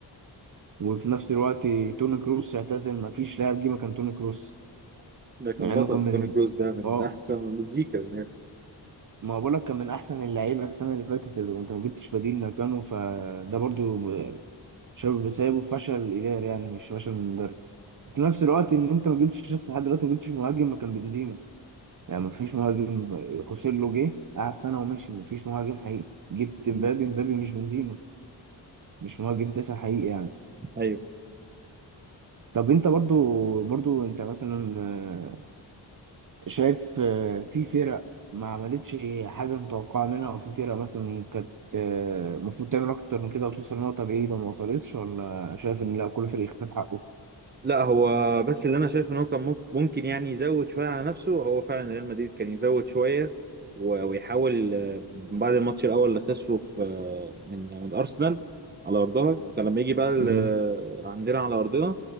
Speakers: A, on the right; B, on the right.
A: وفي نفس الوقت توني كروس اعتزل مفيش لاعب جه مكان توني كروس
B: ده كان
A: مع
B: بطل
A: انه كان من
B: توني كروس ده من
A: اه
B: احسن المزيكا من الآخر.
A: ما بقولك كان من احسن اللعيبه السنه اللي فاتت اللي انت ما جبتش بديل مكانه فده برضه شاب سايبه فشل اداري يعني مش فشل من مدرب في نفس الوقت ان انت ما جبتش لسه لحد دلوقتي ما جبتش مهاجم مكان بنزيما يعني مفيش مهاجم خوسيلو جه قعد سنة ومشي مفيش مهاجم حقيقي جبت مبابي
B: مم.
A: مبابي مش بنزيما مش مهاجم تسعة حقيقي يعني
B: ايوه
A: طب انت برضو برضو انت مثلا آه، شايف آه، في فرق ما عملتش حاجة متوقعة منها وفي فرق مثلا كانت آه، المفروض تعمل أكتر من كده وتوصل نقطة بعيدة ما وصلتش ولا شايف إن لا كل فريق خد حقه؟
B: لا هو بس اللي انا شايف ان هو كان مك- ممكن يعني يزود شويه على نفسه هو فعلا ريال مدريد كان يزود شويه و- ويحاول آه، بعد الماتش الاول اللي خسره في آه، من من ارسنال على ارضها كان لما يجي بقى ال-
A: مم.
B: آه، عندنا على ارضنا